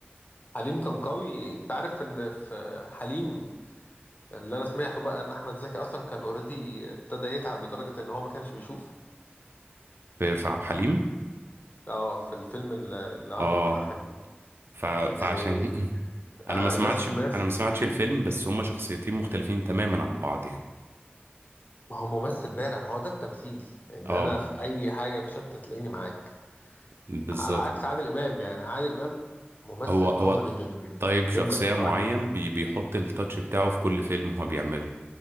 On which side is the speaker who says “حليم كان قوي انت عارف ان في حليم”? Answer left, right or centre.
Left